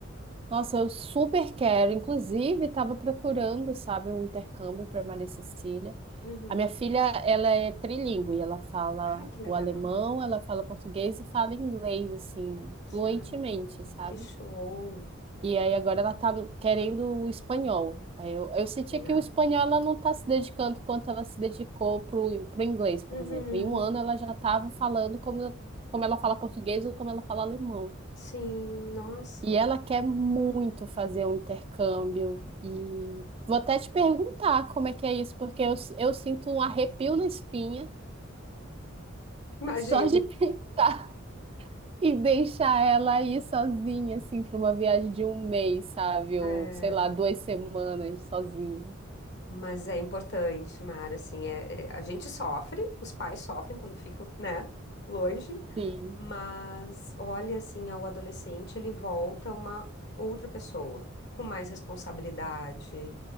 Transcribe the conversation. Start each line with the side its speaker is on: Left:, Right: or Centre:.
Right: Nossa, eu super quero. Inclusive, estava procurando, sabe, um intercâmbio para Maria Cecília.
Left: Uhum.
Right: A minha filha, ela é trilingue, ela fala
Left: Ai, que
Right: o
Left: legal.
Right: alemão, ela fala português e fala inglês, assim, fluentemente,
Left: Que, ah,
Right: sabe?
Left: que show.
Right: E aí agora ela tá querendo o espanhol. Aí Eu, eu senti
Left: Legal.
Right: que o espanhol ela não tá se dedicando quanto ela se dedicou pro, pro inglês, por
Left: Uhum.
Right: exemplo. Em um ano ela já estava falando como, como ela fala português ou como ela fala alemão.
Left: Sim, nossa,
Right: E ela quer muito fazer um intercâmbio. E vou até te perguntar como é que é isso, porque eu, eu sinto um arrepio na espinha
Left: imagino.
Right: só de <laughs> pensar em deixar ela aí sozinha, assim, para uma viagem de um mês, sabe?
Left: É,
Right: Ou sei lá, duas semanas sozinha.
Left: mas é importante, Mara, assim, é, é- a gente sofre, os pais sofrem quando ficam, né, longe,
Right: Sim,
Left: mas olha, assim, ao adolescente ele volta uma outra pessoa, com mais responsabilidade,